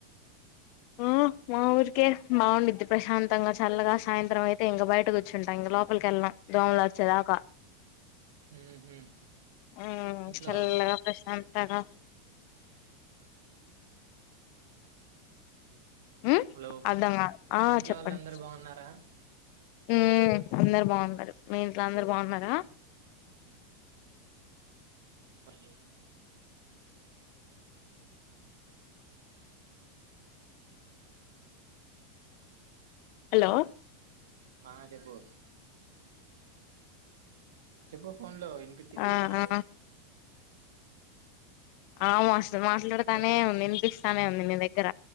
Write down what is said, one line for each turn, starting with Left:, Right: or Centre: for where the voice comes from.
Left: ఊ మా ఊరికే బా ఉండుద్ది ప్రశాంతంగా చల్లగా సాయంత్రం అయితే ఇంక బయట కూచుంట ఇంక లోప్ పల్ కెల్లను దోమలు వచ్చే దాక
Right: ఉహు
Left: ఉమ్
Right: ఇంట్లో
Left: చల్లగా
Right: వాళ్ళం
Left: ప్రశాంత్ తగా ఉమ్
Right: హలో
Left: అర్ధం గాలే ఆ
Right: ఇంట్లో
Left: చెప్పండి
Right: వాళ్ళందరు బాగున్నారా
Left: ఉమ్ అందరు బాగున్నరు మీ ఇంట్లో అందరు బాగున్నరా
Right: వా
Left: హలో
Right: ఆ చెప్పూ చెప్పు ఫోన్ లో ఇ ఇన్పించిద్ది
Left: ఆ
Right: ఏం గాదు
Left: ఆ ఆ మస్తు మాట్లాడుతానే
Right: ఏమైంది
Left: ఉంది ఇనిపిస్తానే ఉంది మీ దగ్గర